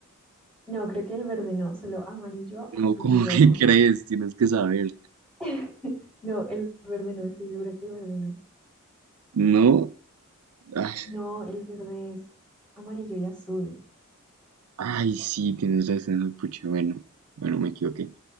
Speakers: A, in the centre; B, on the right.
A: No, creo que el verde no, solo amarillo,
B: No,
A: azul
B: <laughs> ¿cómo
A: y rojo.
B: que crees? Tienes que saber.
A: <laughs> No, el verde no, estoy segura que el verde no.
B: No. Ay,
A: No, el verde es amarillo y azul.
B: ay, sí, tienes razón, pucha. Bueno, bueno, me equivoqué.